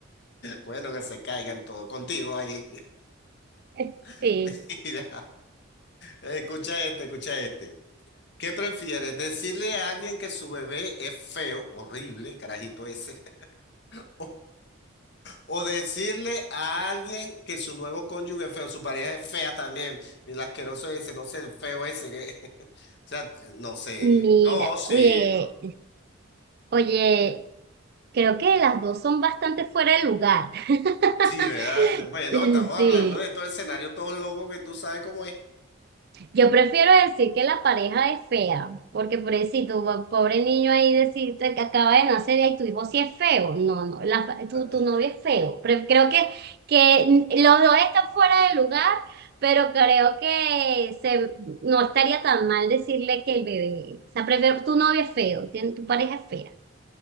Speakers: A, on the left; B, on the right.
A: Bueno, que se caigan todos contigo ahí.
B: <laughs> Sí.
A: <laughs> Mira, escucha este, escucha este. ¿Qué prefieres? ¿Decirle a alguien que su bebé es feo, horrible, el carajito ese? <laughs> O decirle a alguien que su nuevo cónyuge es feo, su pareja es fea también. Mira, el asqueroso ese, no sé, el feo ese. que- <laughs> O sea, no sé.
B: Mira,
A: No, sí,
B: oye,
A: no.
B: oye. Creo que las dos son bastante fuera de lugar. <laughs>
A: Sí, ¿verdad? Bueno, estamos
B: Sí,
A: hablando de todo el escenario, todos locos que tú sabes cómo es.
B: yo prefiero decir que la pareja es fea, porque pobrecito, po- pobre niño ahí decirte que acaba de nacer y tu hijo sí es feo. No, no, la, tu,
A: <laughs>
B: tu novio es feo. Pero creo que, que los dos están fuera de lugar, pero creo que se, no estaría tan mal decirle que el bebé, o sea, prefiero tu novio es feo, tien- tu pareja es fea.